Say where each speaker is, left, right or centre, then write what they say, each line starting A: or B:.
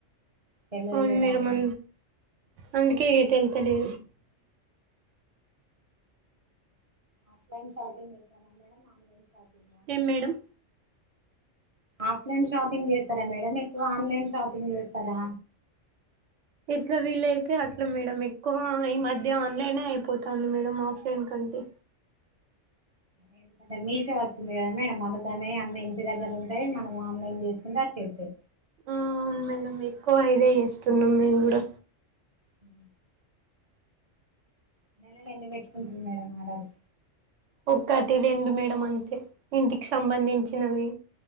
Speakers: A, on the right; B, on the right.
A: సెల్లు
B: అవును
A: చూడాలే
B: మేడం అ అందుకే ఎటు ఎల్తలేదు
A: ఆఫ్లైన్ షాపింగ్ చేసారా మేడం ఆన్లైన్ షాపింగా
B: ఏం మేడం
A: ఆఫ్లైన్ షాపింగ్ చేస్తరా మేడం ఎక్కువ ఆన్లైన్ షాపింగ్ చేస్తరా
B: ఎట్ల వీలైతే అట్ల మేడం ఎక్కువ ఈ మధ్య ఆన్లైనే అయిపోతాంది మేడం ఆఫ్లైన్ కం టే
A: ఎందుకంటే మీషో వచ్చింది కదా మేడం అందుకనే అన్నీ ఇంటి దగ్గర ఉంటయి మనం ఆన్లైన్ చేసుకుంటే అచ్చేస్తయి
B: ఆ అవును మేడం ఎక్కువ ఇదే చేస్తున్నాం మేము కూడా
A: హూ నెలల ఎన్ని వెట్టుకుంటరు మేడమ్ ఆర్డర్స్
B: ఒకటి రెండు మేడం అంతే ఇంటికి సంబంధించినవి